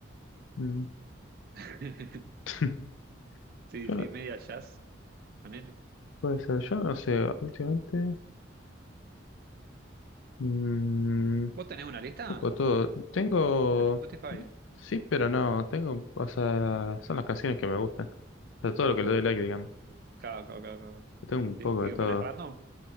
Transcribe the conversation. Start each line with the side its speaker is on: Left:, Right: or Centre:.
Left: Mm.
Right: <laughs>
Left: <laughs> Yo
Right: Sí, sí,
Left: no-
Right: media jazz. Ponele.
Left: puede ser, yo no sé, últimamente. mm,
Right: ¿Vos tenés una lista?
Left: Poco todo. Tengo.
Right: En Spotify.
Left: Sí, pero no. Tengo. O sea, son las canciones que me gustan. O sea, todo lo que le doy like, digamos.
Right: Claro, claro, claro, claro.
Left: Yo Tengo un
Right: Sí.
Left: poco
Right: ¿Y
Left: de
Right: qué
Left: todo.
Right: pones random?